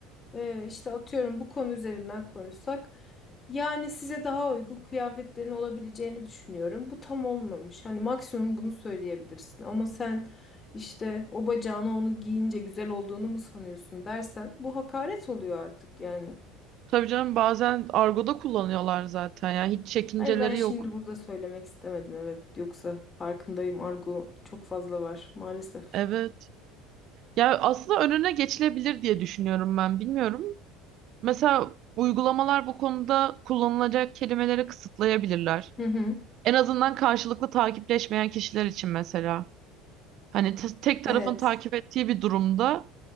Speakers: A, on the left; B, on the right.
A: Ee, işte atıyorum bu konu üzerinden konuşsak. Yani size daha uygun kıyafetlerin olabileceğini düşünüyorum. Bu tam olmamış. Hani maksimum bunu söyleyebilirsin. Ama sen işte o bacağına onu giyince güzel olduğunu mu sanıyorsun dersen bu hakaret oluyor artık yani.
B: Tabii canım bazen argoda kullanıyorlar zaten ya hiç çekinceleri
A: Hayır ben şimdi
B: yok.
A: burada söylemek istemedim evet. Yoksa farkındayım argo çok fazla var maalesef.
B: Evet. Ya aslında önüne geçilebilir diye düşünüyorum ben. Bilmiyorum. Mesela uygulamalar bu konuda kullanılacak kelimeleri kısıtlayabilirler.
A: Hı hı.
B: En azından karşılıklı takipleşmeyen kişiler için mesela. Hani te- tek tarafın
A: Evet.
B: takip ettiği bir durumda